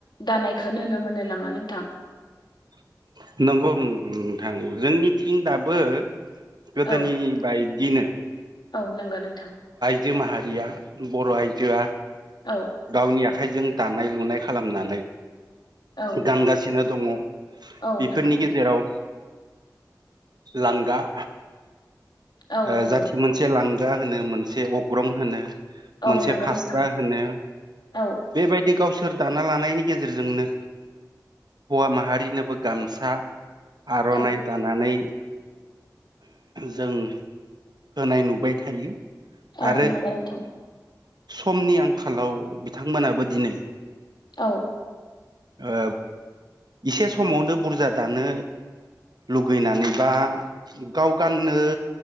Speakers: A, on the left; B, on the right.
A: दानायखौ नुनो मोनो नामा नोंथां?
B: <inaudible> नंगौ नोंथां जोंनिथिं दाबो गोदोनि
A: औ
B: बाय दिनो
A: औ नंगौ नोंथां
B: जो माहारिया बर' आइजोआ
A: औ
B: गावनि आखाइजों दानाय लुनाय खालामनानै
A: औ
B: गानगासिनो दङ'
A: औ
B: बेफोरनि
A: नंगौ नोंथां।
B: गेजेराव लांगा
A: औ
B: ओ
A: नंगौ
B: जाथि मोनसे लांगा होनो मोनसे अग्रं होनो मोनसे
A: औ नंगौ
B: फास्रा
A: नोंथां
B: होनो
A: औ
B: बेबायदि गावसोर दाना लानायनि गेजेरजोंनो हौवा माहारिनोबो गामसा आरनाइ
A: औ
B: दानानै जों होनाय नुबाय थायो।
A: औ
B: आरो
A: नोंगौ नोंथां।
B: समनि आंखालाव बिथांमोनाबो दिनै
A: औ
B: ओ इसे समावनो बुरजा दानो लुगैनानै बा गाव गाननो